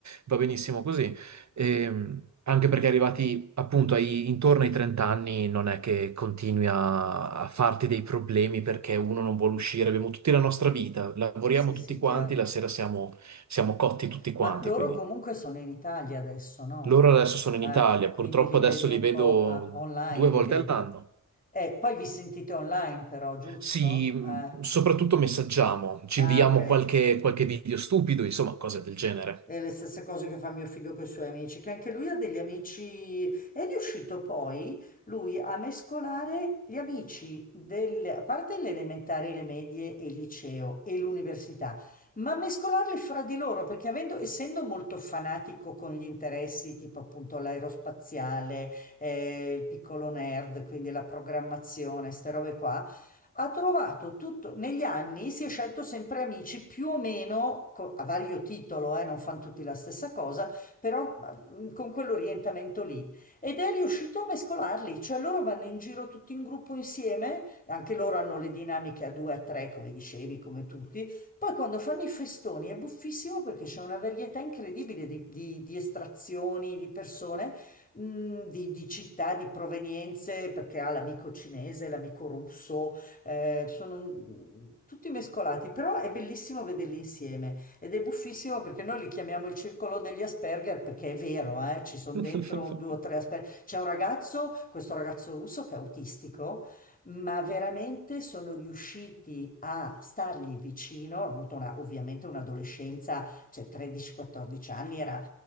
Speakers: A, on the right; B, on the left.
A: va benissimo così. E, anche perché arrivati appunto ai- intorno ai 30 anni non è che continui a, a farti dei problemi perché uno non vuole uscire, abbiamo tutti la nostra vita, lavoriamo
B: Sì,
A: tutti
B: sì,
A: quanti,
B: chiaro.
A: la sera siamo, siamo cotti tutti quanti,
B: Ma loro
A: quindi
B: comunque sono in Italia adesso, no?
A: loro adesso sono in
B: Eh,
A: Italia,
B: quindi
A: purtroppo
B: li
A: adesso
B: vedi
A: li
B: un
A: vedo
B: po' eh, online,
A: due
B: li
A: volte
B: vedi.
A: all'anno.
B: E poi vi sentite online però, giusto?
A: Sì, mh,
B: Eh.
A: soprattutto messaggiamo, ci
B: Ah,
A: inviamo
B: ok.
A: qualche, qualche video stupido, insomma, cose del genere.
B: E le stesse cose che fa mio figlio con i suoi amici, che anche lui ha degli amici. È riuscito poi lui a mescolare gli amici del, a parte le elementari, le medie e il liceo e l'università, ma mescolarli fra di loro, perché avendo, essendo molto fanatico con gli interessi, tipo appunto l'aerospaziale, eh, il piccolo nerd, quindi la programmazione, queste robe qua. Ha trovato tutto, negli anni si è scelto sempre amici più o meno co- a vario titolo, eh, non fanno tutti la stessa cosa, però mm, con quell'orientamento lì. Ed è riuscito a mescolarli, cioè loro vanno in giro tutti in gruppo insieme, anche loro hanno le dinamiche a due, a tre, come dicevi, come tutti. Poi quando fanno i festoni è buffissimo perché c'è una varietà incredibile di, di- di estrazioni, di persone, mh, di, di città, di provenienze, perché ha l'amico cinese, l'amico russo, eh, sono un- tutti mescolati, però è bellissimo vederli insieme ed è buffissimo perché noi li chiamiamo il circolo degli Asperger perché è vero, eh, ci sono
A: <laughs>
B: dentro un, due o tre Asperger. C'è un ragazzo, questo ragazzo russo che è autistico, ma veramente sono riusciti a stargli vicino, ha avuto una- ovviamente un'adolescenza, cioè 13-14 anni, era